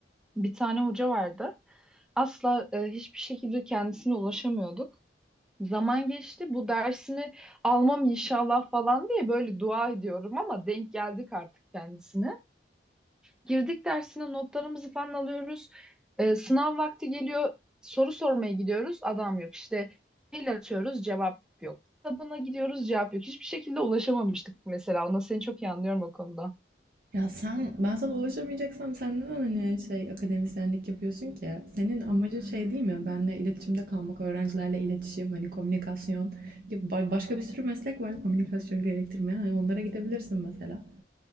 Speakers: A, in the centre; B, on the right (about 55°).
A: bir tane hoca vardı. Asla e, hiçbir şekilde kendisine ulaşamıyorduk. Zaman geçti. Bu dersini almam inşallah falan diye böyle dua ediyorum ama denk geldik artık kendisine. Girdik dersine notlarımızı falan alıyoruz. Ee, sınav vakti geliyor. Soru sormaya gidiyoruz. Adam yok. İşte mail atıyoruz. Cevap yok. Kitabına gidiyoruz. Cevap yok. Hiçbir şekilde ulaşamamıştık mesela. Ona seni çok iyi anlıyorum o konuda.
B: Ya sen, ben sana ulaşamayacaksam sen neden hani şey akademisyenlik yapıyorsun ki? Senin amacın şey değil mi? Benle iletişimde kalmak, öğrencilerle iletişim, hani komünikasyon gibi ba- başka bir sürü meslek var komünikasyon gerektirmeyen. Hani onlara gidebilirsin mesela.